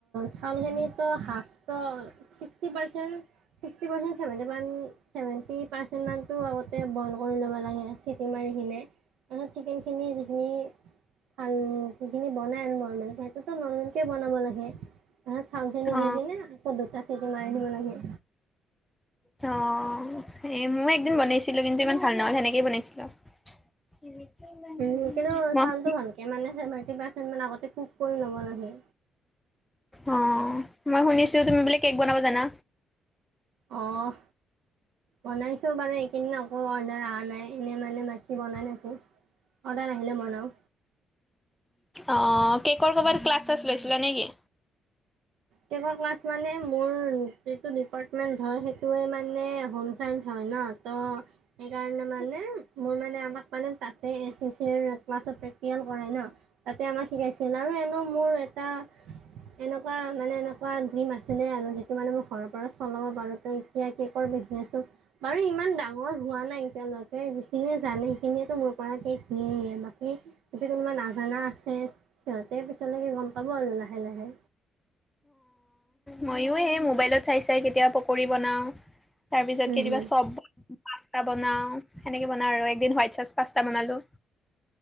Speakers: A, on the right; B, in the centre.
A: চাউলখিনিতো হাফত sixty percent sixty percent seventy মান চেভেন্টি পাৰ্চেণ্ট মানটো আগতে বইল কৰি ল'ব লাগে চিটি মাৰি কিনে। তাৰপিছত চিকেন খিনি যিখিনি ভাল যিখিনি বনাই আনো নৰ্মেলকে চব ত নৰ্মেলকে বনাব লাগে, তাৰপিছত চাউল খিনি
B: অ',
A: দি কিনে আকৌ দুটা চিটি মাৰি দিব লাগে।
B: অঁ এই মই একদিন বনেছিলোঁ কিন্তু ইমান ভাল নহল সেনেকেই বনাইছিলোঁ। <inaudible>
A: কিন্তু চাউলটো ভালকৈ মানে চেভেণ্টি পাৰ্চেণ্ট মান আগতে কুক কৰি ল'ব লাগে।
B: অঁ মই শুনিছো তুমি বোলে কেক বনাব জানা।
A: অঁ বনাইছোঁ বাৰু, এইকেইদিন আকৌ অৰ্ডাৰ অহা নাই এনেই মানে বাকী বনাই থাকোঁ। অৰ্ডাৰ আহিলে বনাওঁ।
B: অঁ কেকৰ ক'বাত ক্লাছ চালছ লৈছিলা নেকি?
A: কেকৰ ক্লাছ মানে মোৰ যিটো ডিপাৰ্টমেণ্ট হয়, সেইটোৱে মানে হোম চাইন্স হয় ন। ত সেইকাৰণে মানে মোৰ মানে আমাক মানে তাতে এ চিচিৰ ক্লাছত প্ৰেক্টিকেল কৰাই ন। তাতে আমাক শিকাইছিল, আৰু এনো মোৰ এটা এনেকুৱা মানে এনেকুৱা ডিম আছিলে আৰু যিটো মানে মই ঘৰৰ পৰা চলাব পাৰোঁ তো এতিয়া কেকৰ বিজনেচটো বাৰু ইমান ডাঙৰ হোৱা নাই এতিয়ালৈকে, যিখিনিয়ে জানে সেইখিনিয়ে মোৰ পৰা কেক নিয়েই বাকী যদি কোনোবা নাজানা আছে, সিহঁতে পিছলৈ কেই গম পাব আৰু লাহে লাহে।
B: মইও এই মোবাইলত চাই চাই কেতিয়াবা পকৰি বনাও, তাৰ পিছত
A: হম
B: কেতিয়াবা
A: হম
B: চব পাস্তা বনাও সেনেকে বনাও আৰু একদিন হোৱাইট চাচ পাস্তা বনালো।